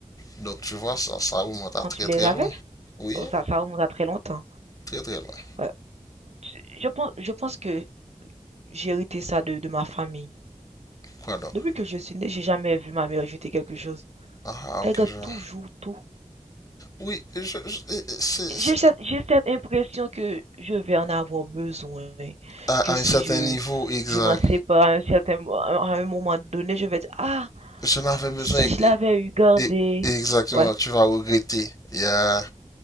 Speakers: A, on the left; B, on the right.
A: Donc tu vois, ça, ça remonte à
B: Quand
A: très
B: tu les
A: très
B: avais?
A: loin. Oui,
B: Oh, ça, ça remonte à très longtemps.
A: très très loin.
B: Ouais. Tu- Je pense, je pense que j'ai hérité ça de, de ma famille.
A: Quoi donc?
B: Depuis que je suis née, j'ai jamais vu ma mère jeter quelque chose.
A: Ah,
B: Elle
A: ok,
B: garde
A: je vois.
B: toujours tout.
A: Oui, je, je- c'est,
B: J'ai cette, j'ai cette impression que je vais en avoir besoin,
A: à,
B: que
A: à
B: si
A: un certain
B: je,
A: niveau, exact.
B: je m'en sépare à un certain, mo- à un moment donné, je vais dire, ah,
A: Je n'avais besoin,
B: si je
A: et,
B: l'avais eu gardé.
A: et- et exactement,
B: Ouais,
A: tu vas regretter. Il y a-